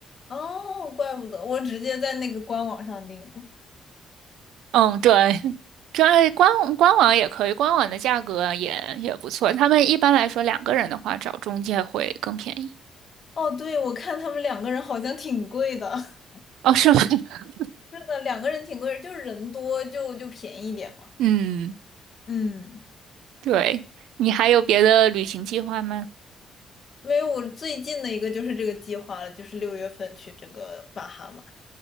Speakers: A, on the left; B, on the right.
A: 哦，怪不得我直接在那个官网上订的。
B: 嗯，对，这官官网也可以，官网的价格也也不错。他们一般来说两个人的话，找中介会更便宜。
A: 哦，对，我看他们两个人好像挺贵的。<laughs>
B: 哦，是吗？<laughs>
A: 是的，两个人挺贵的，就是人多就就便宜一点嘛。
B: 嗯，
A: 嗯，
B: 对。你还有别的旅行计划吗？
A: 因为我最近的一个就是这个计划了，就是六月份去这个巴哈马。